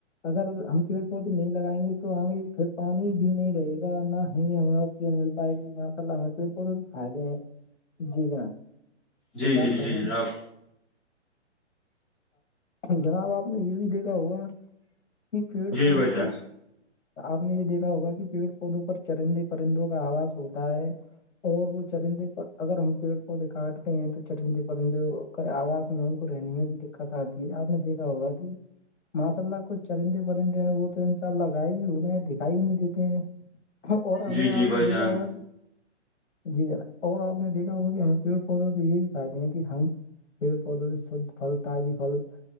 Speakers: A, on the left; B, in the centre.
A: اگر ہم پیڑ پودے نہیں لگائیں گے تو آے پھر پانی بھی نہیں رہے گا نہ ہی ہم <unintelligible> مل پائے گی ماشء اللہ ہمیں پ بہت فائدے ہیں جی جناب <unintelligible>
B: جی
A: آپ
B: جی
A: فرمائیں
B: جی جناب
A: ر <unintelligible>
B: جی بھائی جان
A: آپ نے یہ دیکھا ہوگا کہ پیڑ پودوں پر چرندے پرندوں کا آواز ہوتا ہے اور وہ چرندے پر اگر ہم پیڑ پودے کاٹتے ہیں تو چرندے پرندے <unintelligible> آواز میں ان کو رہنے میں بھی دقت آتی ہے آپ نے دیکھا ہوگا کہ <unintelligible> <unintelligible> <unintelligible>
B: جی جی بھائی جان
A: <unintelligible> <unintelligible>